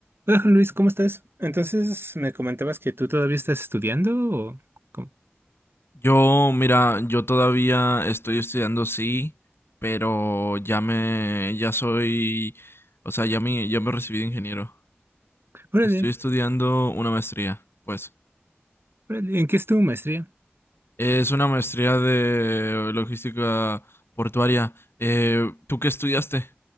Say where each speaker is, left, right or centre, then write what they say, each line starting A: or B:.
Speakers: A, on the right; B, on the left.
A: Hola Juan Luis, ¿cómo estás? Entonces me comentabas que tú todavía estás estudiando o cómo?
B: Yo, mira, yo todavía estoy estudiando, sí, pero ya me, ya soy, o sea, ya me, ya me recibí de ingeniero.
A: Órale,
B: Estoy estudiando una maestría, pues.
A: órale, ¿en qué es tu maestría?
B: Es una maestría de logística portuaria. Eh, ¿tú qué estudiaste?